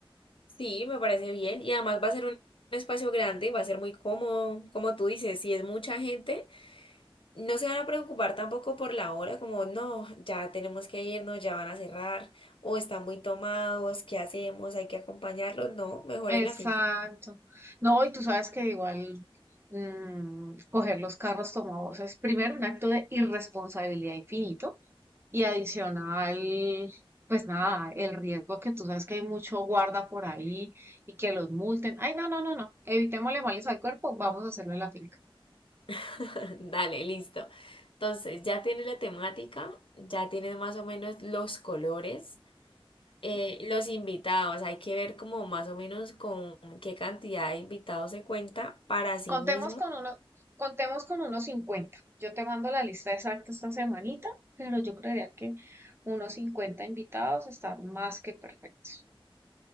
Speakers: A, on the left; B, on the right.
A: Sí, me parece bien y además va a ser un espacio grande, va a ser muy cómodo, como tú dices, si es mucha gente. No se van a preocupar tampoco por la hora, como no, ya tenemos que irnos, ya van a cerrar, o están muy tomados, ¿qué hacemos? Hay que acompañarlos. No, mejor
B: Exacto.
A: en la finca.
B: No, y tú sabes que igual mm, coger los carros tomados es primero un acto de irresponsabilidad infinito. Y adicional, pues nada, el riesgo que tú sabes que hay mucho guarda por ahí y que los multen. Ay, no, no, no, no. Evitémosle males al cuerpo, vamos a hacerlo en la finca.
A: <laughs> Dale, listo. Entonces, ya tienes la temática, ya tienes más o menos los colores, eh, los invitados. Hay que ver como más o menos con qué cantidad de invitados se cuenta para sí
B: Contemos
A: mismo.
B: con uno, contemos con unos cincuenta Yo te mando la lista exacta esta semanita, pero yo creería que unos 50 invitados están más que perfectos.